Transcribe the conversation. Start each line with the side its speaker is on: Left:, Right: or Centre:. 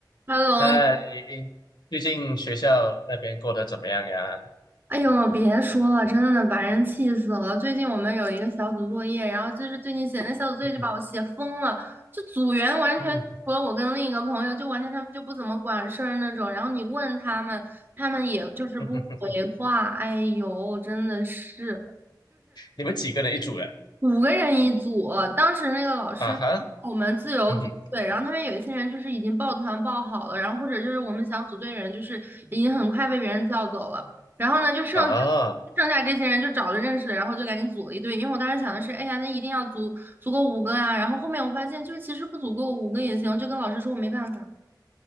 Right: h e
Left: 哎，最近学校那边过得怎么样呀？
Right: 哎呦，别说了，真的把人气死了。最近我们有一个小组作业，然后就是最近写那小组作业就把我写疯了，
Left: 嗯哼
Right: 就组员完全除了我跟另一个朋友，
Left: 嗯哼
Right: 就完全他们就不怎么管事儿那种。然后你问他们，他们也就是不回话。
Left: 嗯哼，
Right: 哎呦，真的是。
Left: 你们几个人一组呀？
Right: 五个人一组，当时那个老师我们自由组队，
Left: 啊哈，嗯哼，
Right: 然后他们有一些人就是已经抱团抱好了，然后或者就是我们想组队的人就是已经很快被别人叫走了，然后呢就剩下
Left: 啊
Right: 剩下这些人就找了认识的，然后就赶紧组了一队，因为我当时想的是，哎呀，那一定要组足够五个啊，然后后面我发现就是其实不足够五个也行，就跟老师说我没办法，